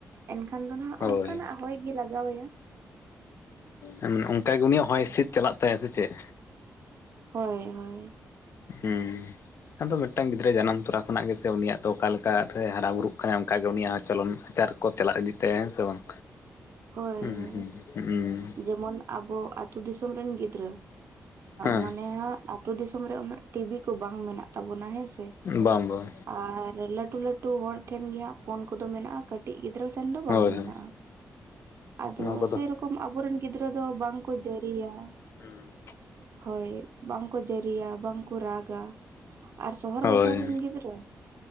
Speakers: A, on the right; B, on the left.
A: ᱮᱱᱠᱷᱟᱱ ᱫᱚ ᱱᱟᱟᱜ
B: ᱦᱳᱭ
A: ᱚᱱᱠᱟᱱᱟᱜ ᱦᱚᱭ- ᱤᱭᱟᱹ ᱞᱟᱜᱟᱣ ᱟᱭᱟ᱾
B: ᱦᱮᱸ ᱚᱱᱠᱟ ᱜᱮ ᱩᱱᱤᱭᱟᱜ ᱦᱚᱭ ᱦᱤᱸᱥᱤᱫ ᱪᱟᱞᱟᱜ ᱛᱟᱭᱟ ᱥᱮ ᱪᱮᱫ?
A: ᱦᱳᱭ ᱦᱳᱭ᱾
B: ᱦᱩᱸ᱾ ᱟᱫᱚ ᱢᱤᱫᱴᱟᱝ ᱜᱤᱫᱽᱨᱟᱹ ᱡᱟᱱᱟᱢ ᱛᱚᱨᱟ ᱠᱷᱚᱱᱟᱜ ᱜᱮ ᱥᱮ ᱩᱱᱤ ᱫᱚ ᱚᱠᱟ ᱞᱮᱠᱟ ᱨᱮ ᱦᱟᱨᱟ ᱵᱩᱨᱩᱜ ᱠᱟᱱᱟᱭ ᱚᱱᱠᱟ ᱜᱮ ᱩᱱᱤᱭᱟᱜ ᱦᱚᱸ ᱪᱚᱞᱚᱱ᱾ ᱟᱪᱟᱨ ᱠᱚ ᱛᱮᱞᱟ ᱤᱫᱤ ᱛᱟᱭᱟ ᱦᱮᱸ ᱥᱮ ᱵᱟᱝ᱾
A: ᱦᱳᱭ
B: ᱦᱩᱸ
A: ᱦᱳᱭ
B: ᱦᱩᱸ ᱦᱩᱸ
A: ᱡᱮᱢᱚᱱ ᱟᱵᱚ ᱟᱹᱛᱳ ᱫᱤᱥᱚᱢ ᱨᱮᱱ ᱜᱤᱫᱽᱨᱟᱹ
B: ᱦᱮᱸ
A: ᱢᱟᱱᱮ ᱦᱟᱸᱜ ᱟᱛᱳ ᱫᱤᱥᱚᱢ ᱨᱮ ᱩᱱᱟᱹᱜ ᱴᱤᱵᱤ ᱠᱚ ᱵᱟᱝ ᱢᱮᱱᱟᱜ ᱛᱟᱵᱚᱱᱟ ᱦᱮᱸ ᱥᱮ᱾
B: ᱵᱟᱝ ᱵᱟᱝ᱾
A: ᱟᱨ ᱞᱟᱹᱴᱩ ᱞᱟᱹᱴᱩ ᱦᱚᱲ ᱴᱷᱮᱱ ᱜᱮ ᱦᱟᱸᱜ ᱯᱷᱳᱱ ᱠᱚᱫᱚ ᱢᱮᱱᱟᱜ-ᱟ ᱠᱟᱹᱴᱤᱡ ᱜᱤᱫᱽᱨᱟᱹ ᱴᱷᱮᱱ ᱫᱚ ᱵᱟᱝ
B: ᱦᱳᱭ
A: ᱢᱮᱱᱟᱜ-ᱟ᱾
B: ᱦᱳᱭ
A: ᱟᱫᱚ
B: ᱱᱚᱣᱟ ᱠᱚᱫᱚ
A: ᱥᱮᱨᱚᱠᱚᱢ ᱟᱵᱚᱨᱮᱱ ᱜᱤᱫᱽᱨᱟᱹ ᱫᱚ ᱵᱟᱝᱠᱚ ᱡᱟᱹᱨᱤᱭᱟ᱾
B: ᱦᱩᱸ᱾
A: ᱦᱳᱭ ᱵᱟᱝᱠᱚ ᱡᱟᱹᱨᱤᱭᱟ, ᱵᱟᱝᱠᱚ ᱨᱟᱜᱟ ᱟᱨ ᱥᱚᱦᱚᱨ
B: ᱦᱳᱭ
A: ᱵᱟᱡᱟᱨ ᱨᱮᱱ ᱜᱤᱫᱽᱨᱟᱹ᱾